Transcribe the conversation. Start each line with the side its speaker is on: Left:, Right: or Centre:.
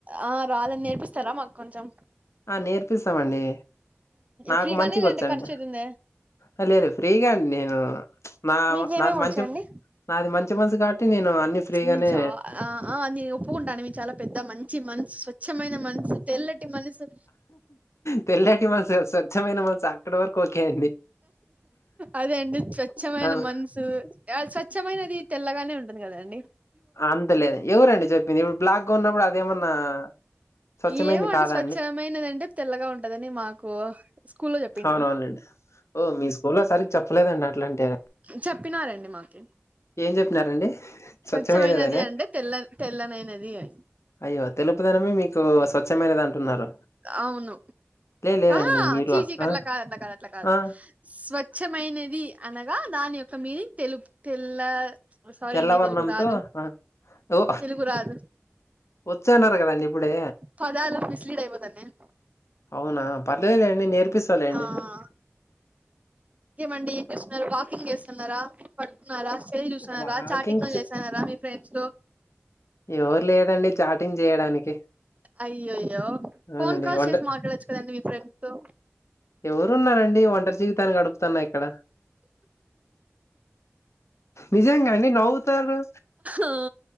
Right: ఆ రాదని నేర్పిస్తారా మాకు కొంచెం
Left: ఆ నేర్పిస్తామండి నాకు
Right: ఫ్రీగానే
Left: మంచిగ
Right: లేదంటే
Left: వచ్చండి
Right: ఖర్చు అయితుందా
Left: ఆ లేదు ఫ్రీగా అండి నేను నా
Right: మీకేమేమి
Left: నాది
Right: వచ్చండి
Left: మంచి నాది మంచి మనసు కాబట్టి నేను అన్ని ఫ్రీగానే
Right: మీను చ ఆ నేను ఒప్పుకుంటాను మీ చాలా పెద్ద మంచి మనసు స్వచ్ఛమైన మనసు తెల్లటి మనసు
Left: తెల్లకి మనసు స్వచ్ఛమైన మనసు అక్కడి వరకు ఓకే అండి
Right: అదే అండి స్వచ్ఛమైన
Left: అవును
Right: మనసు స్వచ్ఛమైనది ఆ తెల్లగానే ఉంటుంది టుంది కదా అండి
Left: అంతలేదు ఎవరండి చెప్పింది ఇప్పుడు బ్లాక్గా ఉన్నప్పుడు అదేమన్నా స్వచ్ఛమైంది
Right: ఏమో అండి
Left: కాదా
Right: స్వచ్ఛమైనదంటే తెల్లగా ఉంటదని మాకు స్కూల్ లో చెప్పింటారు
Left: అవునవునండి ఓ మీ స్కూల్ లో సరిగ చెప్పలేదండి అలాంటి
Right: చెప్పినారండి మాకు
Left: చెప్పినారండి స్వచ్ఛమైనదనే
Right: స్వచ్ఛమైనది అంటే తెల్ల తెల్లనైనది అని
Left: అయ్యో తెలుపుదనమే మీకు స్వచ్ఛమైనది అంటున్నారు
Right: అవును
Left: లే లేదండి
Right: ఆహ
Left: మీరు
Right: చీ
Left: ఆ
Right: చీ కట్లకదు అట్లాక అట్ల కదు
Left: ఆ
Right: స్వచ్ఛమైనది అనగా దాని యొక్క మీనింగ్ తెలు తెల్ల సారీ
Left: తెల్లవర్ణంంతో
Right: అండి తెలుగు రాదు
Left: ఆ ఓ
Right: తెలుగు రాదు
Left: వచ్చేన్నారు కదండి ఇప్పుడే
Right: పదాలు మిస్ లీడ్ అయిపోతున్నయ్
Left: అవునా పర్లేదు లెండి నేర్పిస్తాలెండి
Right: ఆ ఇంకేమండి ఏం చేస్తున్నారు వాకింగ్ చేస్తున్నారా పడుకున్నారా సెల్ చూస్తున్నారా
Left: వాకింగ్
Right: చాటింగ్లు
Left: చే
Right: చేస్తున్నారా మీ ఫ్రెండ్స్ తో
Left: ఎవరు లేరండి చాటింగ్ చేయడానికి
Right: అయ్యో అయ్యో
Left: అవునండి
Right: ఫోన్ కాల్స్
Left: వంట
Right: చేసి మాట్లాడొచ్చు కదండి మీ ఫ్రెండ్స్ తో
Left: ఎవరు ఉన్నారండి ఒంటరి జీవితాన్ని గడుపుతున్నా ఇక్కడ నిజంగాండి నవ్వుతారు
Right: ఆ